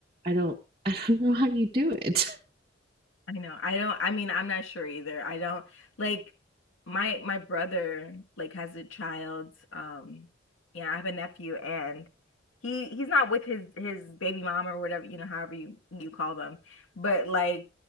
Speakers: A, on the right; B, on the left.
A: I don't <laughs> I don't know how you do it. <laughs>
B: I know. I don't, I mean, I'm not sure either. I don't like my my brother like has a child. Um, yeah, I have a nephew and he he's not with his his baby mom or whatever, you know, however you you call them. But like